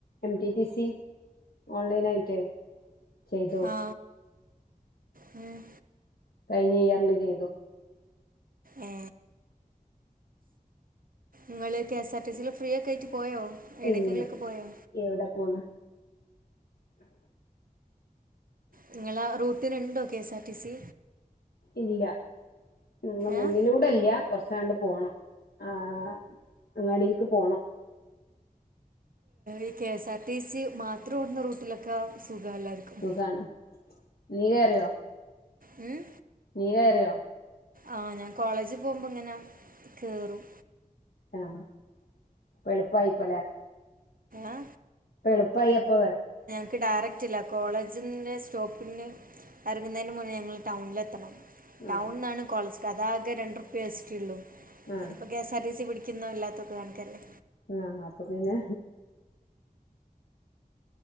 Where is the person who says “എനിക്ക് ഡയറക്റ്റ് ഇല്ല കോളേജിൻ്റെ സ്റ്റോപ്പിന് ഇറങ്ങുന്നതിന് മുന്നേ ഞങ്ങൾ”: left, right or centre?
Right